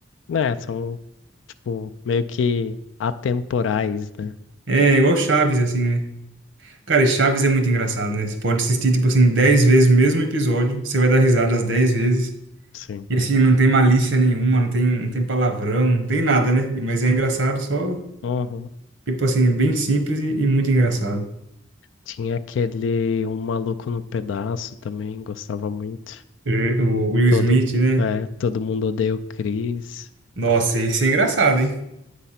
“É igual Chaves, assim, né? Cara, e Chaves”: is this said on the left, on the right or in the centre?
Right